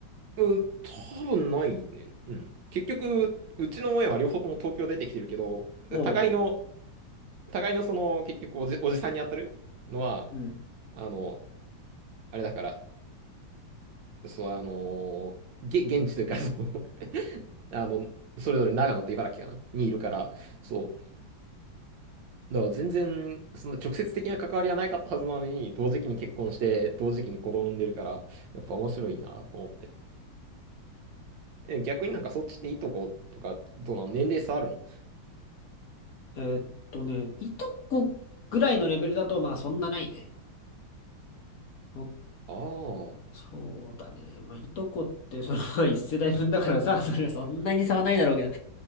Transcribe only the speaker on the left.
おう、
うん。
えーっとね、いとこぐらいのレベルだと、まあ、そんなないね。お
そうだね。まあ、いとこって、その、まあ一世代分だからさ、それはそんなに差はないだろうけど。